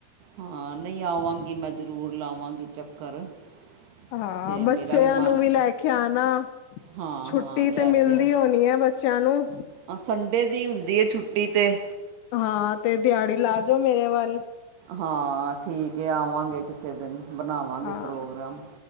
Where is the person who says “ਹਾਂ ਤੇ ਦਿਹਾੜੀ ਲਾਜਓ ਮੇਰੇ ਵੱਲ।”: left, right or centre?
Left